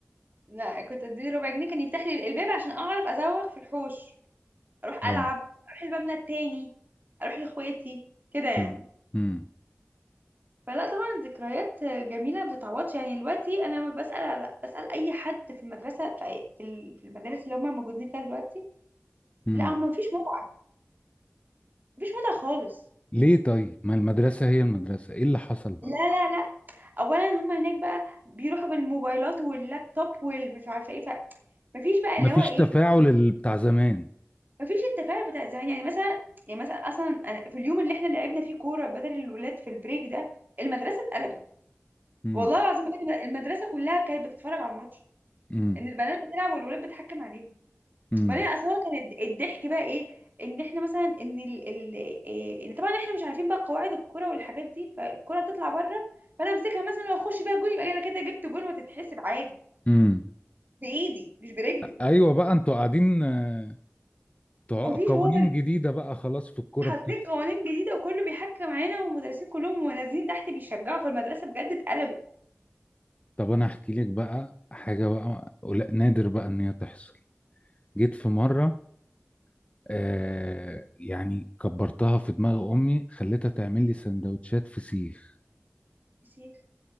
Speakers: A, on the right (about 40°); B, on the left (about 25°).
A: لا كنت اديله ربع جنيه كان يفتح لي الباب عشان اعرف ازوغ في الحوش اروح العب
B: اه
A: اروح المبنى التاني اروح لاخواتي كده يعني
B: امم امم
A: فلا طبعا ذكريات جميله ما بتتعوضش يعني دلوقتي انا لما بسال على بسال اي حد في المدرسه في أي- في ال- في المدارس اللي هم موجودين فيها دلوقتي
B: أمم.
A: لا هم مفيش متعه مفيش متعه خالص
B: ليه طيب ما المدرسه هي المدرسه ايه اللي حصل بقى
A: لا لا لا اولا هم هناك بقى بيروحوا بالموبايلات واللابتوب والمش عارفه ايه ف مفيش بقى
B: مفيش
A: اللي هو ايه
B: تفاعل ال- بتاع زمان
A: مفيش التفاعل بتاع زمان يعني مثلا يعني مثلا اصلا أنا في اليوم اللي احنا لعبنا فيه كوره بدل الولاد في البريك ده المدرسه اتقلبت
B: امم
A: والله العظيم بجد المدرسه كلها كانت بتتفرج على الماتش
B: امم
A: ان البنات بتلعب والولاد بتحكم عليهم
B: امم
A: وبعدين اصل هو كان الض- الضحك بقى ايه ان احنا مثلا ان ال ال إيه ان طبعا احنا مش عارفين بقى قواعد الكوره والحاجات دي فالكوره تطلع بره فانا امسكها مثلا واخش بيها جون يبقى انا كده جبت جون وتتحسب عادي
B: امم
A: بايدي مش برجلي
B: ايوه بقى انتوا قاعدين آه، تع-
A: مفيش
B: قوانين
A: هو
B: جديده بقى خلاص في الكوره
A: حاطين
B: بتحصل
A: قوانين جديدة وكله بيحكم علينا والمدرسين كلهم ونازلين تحت بيشجعوا فالمدرسة بجد اتقلبت
B: طب انا احكي لك بقى حاجه بقى قل- نادر بقى ان هي تحصل جيت في مره آه يعني كبرتها في دماغ امي خليتها تعمل لي سندوتشات فسيخ
A: فسيخ